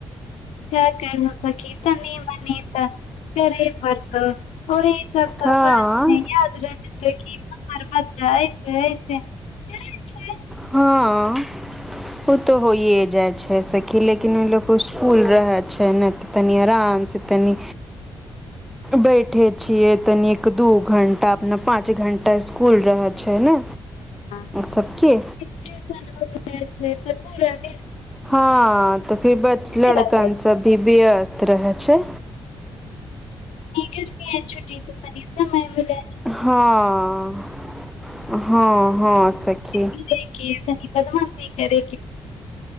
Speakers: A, on the left; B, in the centre.
A: क कर सकी तनी मनी त करे पड़तर सब त
B: हाँ
A: बात नहि याद रह जेते क हमर बच्चा ऐसे ऐसे छै
B: हँ ओ तऽ होइ जाइ छै सखी लेकिन ओ ल इकुल रहै छै नहि तऽ तनी आराम से तनि बैठे छियै तनी एक दू घण्टा अपना पाँच घण्टा इसकुल रहै छै ने
A: ह
B: सबके
A: <unintelligible> छै भरपू रद
B: हँ तऽ फिर ब लड़कन
A: रहै छै
B: सब भी व्यस्त रहै छै
A: छुट्टीऽ परसय
B: हँ हँ हँ सखी
A: नी बद्मशी करै